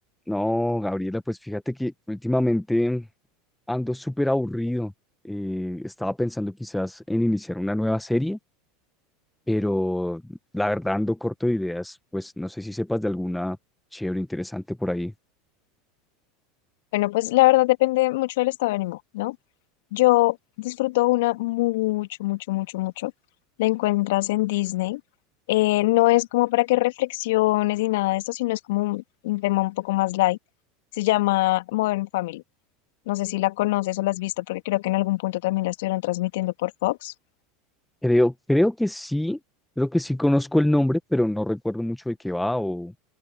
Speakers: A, in the centre; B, on the left.
A: No, Gabriela, pues fíjate que últimamente ando súper aburrido. Eh, estaba pensando quizás en iniciar una nueva serie, pero la verdad ando corto de ideas. Pues no sé si sepas de alguna chévere, interesante por ahí.
B: Bueno, pues la verdad depende mucho del estado de ánimo, ¿no? Yo disfruto una mucho, mucho, mucho, mucho. La encuentras en Disney. Eh, no es como para que reflexiones ni nada de esto, sino es como un, un tema un poco más light. Se llama Modern Family. No sé si la conoces o la has visto, porque creo que en algún punto también la estuvieron transmitiendo por Fox.
A: Creo, creo que sí, creo que sí conozco el nombre, pero no recuerdo mucho de qué va o,